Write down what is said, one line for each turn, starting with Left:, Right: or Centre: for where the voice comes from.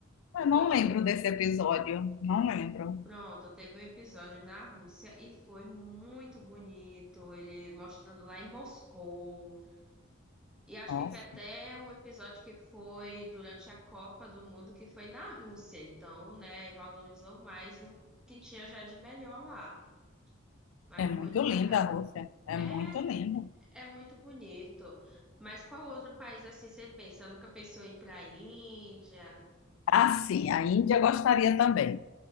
Left: Mas
Centre: Muito
Left: não lembro
Centre: bonito.
Left: desse episódio, não lembro.
Centre: Pronto, teve um episódio na Rússia e foi muito bonito. Ele mostrando lá em Moscou. E acho
Left: Nossa,
Centre: que foi até um episódio que foi durante a Copa do Mundo, que foi na Rússia. Então, né, valorizou mais o que tinha já de melhor lá. Mas
Left: é muito
Centre: muito legal.
Left: linda a Rússia, é
Centre: É,
Left: muito linda.
Centre: é muito bonito. Mas qual outro país assim você pensa? Nunca pensou em ir para a Índia?
Left: Ah, sim, a Índia eu gostaria também.